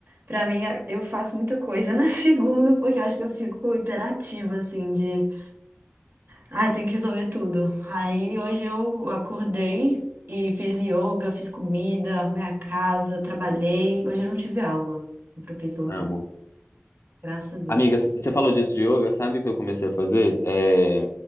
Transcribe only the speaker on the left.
Amo.
Amiga, você falou disso de yoga, sabe o que eu comecei a fazer? É